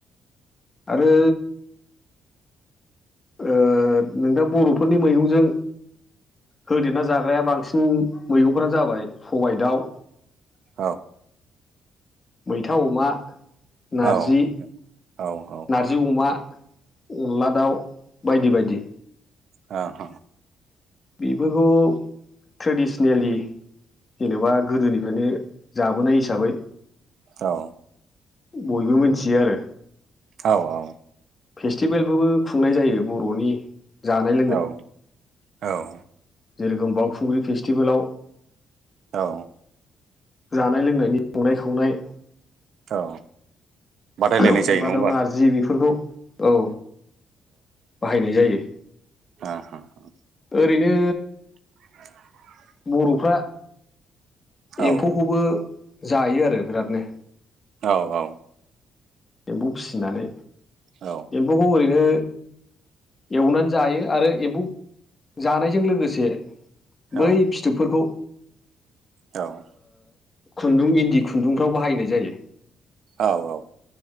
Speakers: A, on the left; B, on the right.
A: आरो ओ नोंथां बर'फोरनि मैगंजों होदेरना जाग्राया बांसिन मैगंफोरानो जाबाय। सबाय दाउ
B: औ
A: मैथा अमा। नारजि
B: औ औ।
A: नारजि अमा अनला दाउ बायदि बायदि
B: औ औ
A: बेफोरखौ ट्रेडिसेनेलि जेनेबा गोदोनिफ्रायनो जाबोनाय हिसाबै
B: औ
A: बयबो मिथियो आरो
B: औ औ
A: फेस्टिभेलबोबो खुंनाय जायो बर'नि जानाय
B: औ औ
A: जेरेखोम बावखुंग्रि फेस्टिभेलाव
B: औ
A: जानाय लोंनायनि संनाय खावनाय
B: औ बादायलायनाय
A: अनला
B: जायो नङा होमबा
A: दाउ नारजि बेफोरखौ औ बाहायनाय जायो
B: ओ हो
A: ओरैनो
B: <inaudible>
A: बर'फ्रा
B: औ
A: एम्फौखौबो जायो आरो बिरादनो
B: औ औ
A: एम्फौ फिसिनानै
B: औ
A: एम्फौखौ ओरैनो एवनानै जायो आरो एम्फौ जानायजों लोगोसे
B: औ
A: बै फिथोबफोरखौ
B: औ औ
A: खुन्दुं इन्दि खुन्दुंफ्राव बाहायनाय जायो
B: औ औ